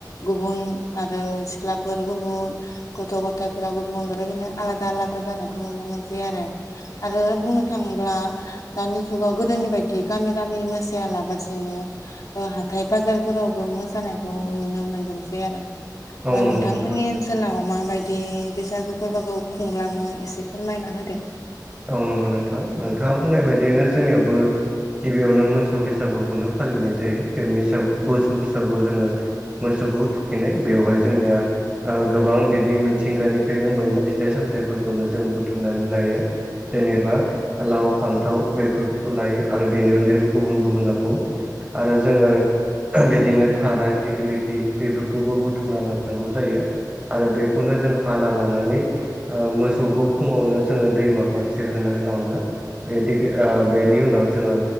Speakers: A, on the left; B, on the right.
A: गुबुन आरो सिख्लाफोर गुबुन गथ' गथायफोराव गुबुन बेबायदिनो आलादा आलादा जानायखौ नुनो मोनसै आरो आरो बुंनो थाङोब्ला दानि जुगाव गोदोनि बायदि गामि गामि मोसायालाबासिनो ओ हाथाय बाजारफोरावबो मोसानायखौ नुनो मोनो सै आरो
B: औ
A: ओ
B: नंगौ
A: नोंथांमोननि
B: नोंथां
A: सोलाव माबायदि बैसागु फोरबोखौ खुंलाङो एसे फोरमायना होदो
B: औ नंगौ नोंथां नोंथाङा बुंनाय बायदियैनो जोंनियावबो गिबियावनो मोसौ बैसागुखौनो फालिनाय जायो बे बैसागु मोसौ बैसागुआव जोङो मोसौखौ थुखैनाय बेवहाय जोंनिया ओ गोबां बिदि मिथिंगानिफ्रायनो मोननाय फिथाइ-सामथाइफोरखौनो जों बुथुमनानै लायो जेनेबा लाव फान्थाव बेफोरखौ लायो आरो बेनि अनगायैबो गुबुन गुबुन आबाव आरो जोङो बिदिनो थाराय दिगलिटि बेफोरखौबो बुथुमना लानांगौ जायो आरो बेखौनो जों हाना लानानै ओ मोसौखौ फुङावनो जोङो दैमा फारसे होना लाङो बे दिग ओ बेनि उनाव जोङो